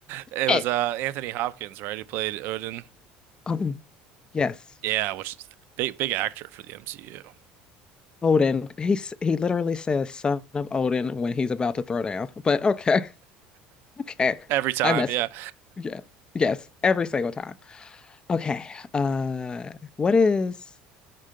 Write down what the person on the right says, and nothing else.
it
was uh Anthony Hopkins, right? Who played Odin.
Yeah, which is big big actor for the MCU.
Every time,
yeah.